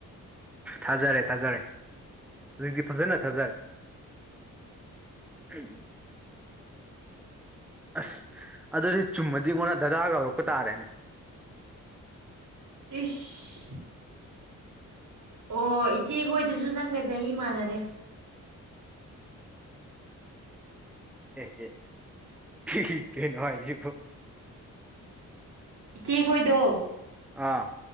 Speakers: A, in the centre; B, on the right (about 65°).
A: ꯊꯥꯖꯔꯦ ꯊꯥꯖꯔꯦ ꯍꯧꯖꯤꯛꯇꯤ ꯐꯖꯅ ꯊꯥꯖꯔꯦ ꯎꯝꯝ ꯑꯁ ꯑꯗꯨꯗꯤ ꯆꯨꯝꯃꯗꯤ ꯑꯩꯉꯣꯟꯅ ꯗꯗꯥꯗꯥꯒ ꯍꯧꯔꯛꯄ ꯇꯥꯔꯅꯤ
B: ꯏꯁꯁ ꯑꯣ ꯏꯆꯦꯈꯣꯏꯗꯨꯁꯨ ꯅꯪꯒ ꯆꯍꯤ ꯃꯥꯟꯅꯔꯦ
A: ꯑꯦ ꯑꯦ ꯊꯅꯅꯨꯡꯉꯥꯏꯄ
B: ꯏꯆꯦꯈꯣꯏꯗꯣ
A: ꯑꯥ